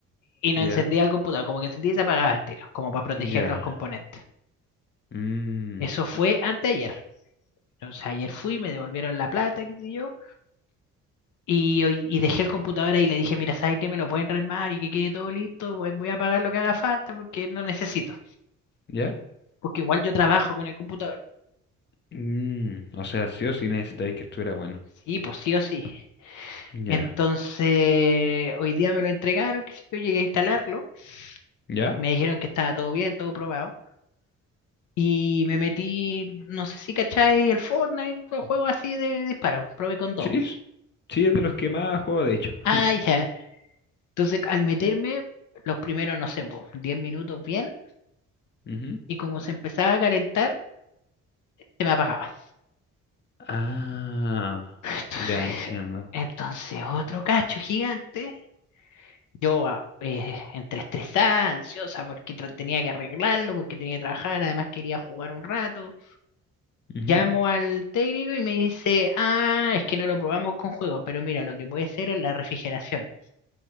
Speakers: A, on the left; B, on the left.
A: y no
B: ya,
A: encendía el computador. Como que encendía y se apagaba el tiro, como para proteger
B: ya.
A: los componentes.
B: mm,
A: Eso fue anteayer. Entonces ayer fui, me devolvieron la plata, qué sé yo, y, hoy- y dejé el computador ahí y le dije, mira, ¿sabes qué? Me lo pueden rearmar y que quede todo listo, voy, voy a pagar lo que haga falta porque no necesito,
B: ya.
A: porque igual yo trabajo con el computador.
B: mm, o sea, sí o sí necesitáis que estuviera bueno.
A: Sí, pues sí o sí.
B: Ya.
A: Entonces, hoy día me lo entregaron, que yo llegué a instalarlo,
B: ¿Ya?
A: me dijeron que estaba todo bien, todo probado, y me metí, no sé si cacháis el Fortnite, un juego así de disparos, probé con dos.
B: Sí, s- sí, es de los que más juego, de hecho. <laughs>
A: Ah, ya. Entonces, al meterme, los primeros, no sé, pues, 10 minutos bien
B: Ujú.
A: y como se empezaba a calentar, se me apagaba.
B: Ah,
A: <laughs> Entonces,
B: ya entiendo.
A: entonces otro cacho gigante. Yo ah, eh, entre estresada, ansiosa, porque tra- tenía que arreglarlo, porque tenía que trabajar, además quería jugar un rato.
B: Ujú,
A: Llamo al técnico y me dice, ah, es que no lo probamos con juego, pero mira, lo que puede ser es la refrigeración,